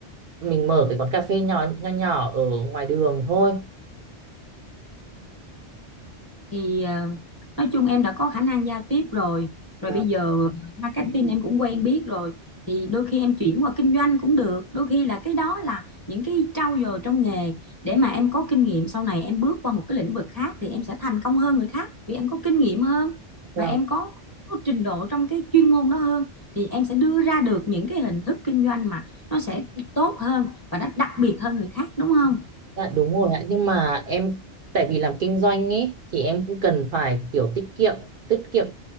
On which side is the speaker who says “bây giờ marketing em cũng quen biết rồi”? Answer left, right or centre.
Left